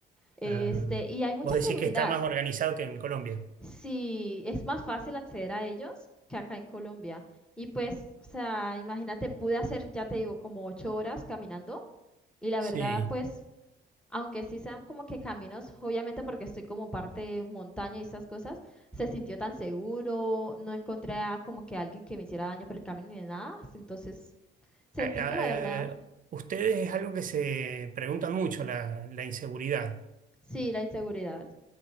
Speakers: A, in the centre; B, on the right.
A: Este,
B: ah,
A: y hay mucha
B: vos decís
A: seguridad.
B: que está más organizado que en Colombia.
A: Sí, es más fácil acceder a ellos que acá en Colombia. Y pues, o sea, imagínate, pude hacer, ya te digo, como ocho horas caminando y la
B: Sí.
A: verdad, pues aunque sí sean como que caminos, obviamente porque estoy como parte de montaña y esas cosas, se sintió tan seguro, no encontré a como que alguien que me hiciera daño por el camino ni nada, entonces sentí
B: Eh, eh,
A: que la verdad,
B: ustedes es algo que se preguntan mucho, la, la inseguridad.
A: sí, la inseguridad.